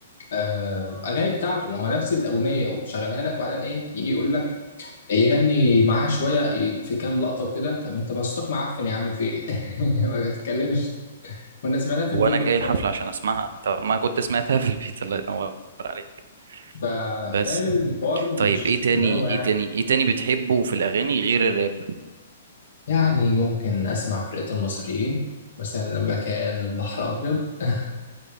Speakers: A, on the left; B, on the right.
A: آه، اغاني بتاعته ما هو نفس الاغنيه ومشغلها لك وبعدين ايه يجي يقول لك يغني معاها شويه في كام لقطه وكده طب انت ما صوتك معفن يا عم في ايه <laughs> ما تتكلمش كنا سمعناها في البيت
B: هو انا
A: بقى
B: جاي الحفله
A: خلاص
B: عشان اسمعها طب ما كنت سمعتها في البيت الله ينور عليك
A: ف-
B: بس
A: فاهم الحوار مش
B: طيب ايه تاني
A: اللي هو يعني
B: ايه تاني ايه تاني بتحبه في الاغاني غير الراب
A: يعني ممكن اسمع فرقه المصريين مثلا لما كان البحر ابيض <laughs>